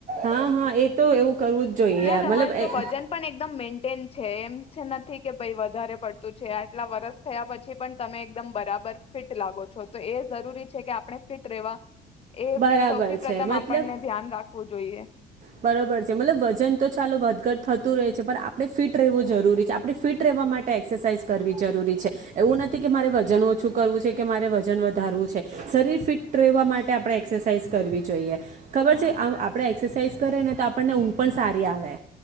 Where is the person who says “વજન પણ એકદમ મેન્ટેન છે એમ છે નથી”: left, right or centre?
Left